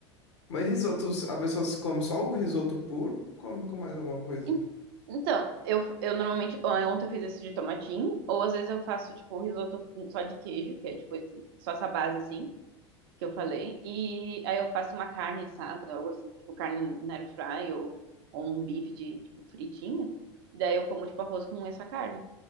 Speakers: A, on the left; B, on the right.
A: Mas risoto, a pessoa se come só o risoto puro, come com mais alguma coisa.
B: En- Então, eu, eu normalmente, ó, ontem eu fiz esse de tomatinho, ou às vezes eu faço, tipo, risoto com- só de queijo, que é, tipo, esse- só essa base, assim, que eu falei, e aí eu faço uma carne assada, ou assim, tipo, carne na air fry, ou, ou um bife de, tipo, fritinho, daí eu como, tipo, arroz com essa carne.